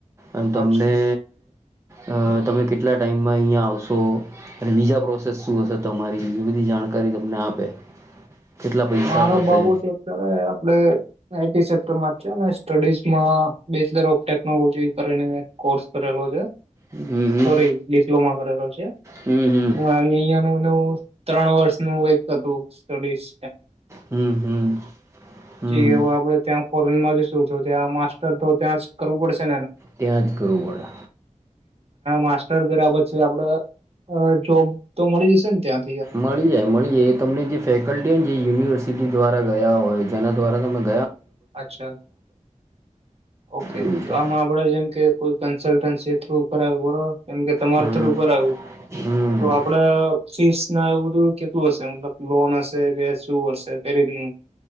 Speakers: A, on the right; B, on the right.
A: અને તમને
B: અચ્છા
A: અ તમે કેટલા ટાઈમમાં અહિયાયા આવશો અને બીજા પ્રોસેસ શું હશે તમારી એ બધી જાણકારી તમને આપે કેટલા પૈસા
B: મારો
A: થશે
B: બાબુ છે અત્યારે આપડ આ સેક્ટરમાં છે સ્ટડીઝમાં બેચલર ઓફ ટેકનોલોજી કરીને કોર્સ કરેલો છે
A: હમ હમ
B: સોરી ડિપ્લોમા કરેલો છે
A: હમ
B: અહયા
A: હમ
B: નવું ત્રણ વર્ષનુંું એક તું સ્ટડીશ
A: હમ હમ હમ
B: હવે આપડે ત્યાં ફોરેન માં જ શું છ ત્યા માસ્ટર તો ત્યાં કરવું પડશે
A: ત્યાં જ કરવું પડે
B: માસ્ટર કર્યા પછી આપડ અ જોબ તો મળી જશે ને ત્યાં
A: મળીએ મળીએ એ તમને જે ફેકલ્ટી જે યુનિવર્સિટી દ્વારા ગયા હોય જેના દ્વારા ત
B: અચ્છા ઓકે
A: એવું
B: તો
A: છે.
B: આમ આપડે જેમ કે કોઈ કન્સલ્ટન્સી થ્રુ કરરા બરો કેમ કે તમારે
A: હમ,
B: થર આવું
A: હમ.
B: તો આપડે ફીસ ના એવું બધું કેટલું હશે મતલબ લોન હશે કે શું હશે પેરીધું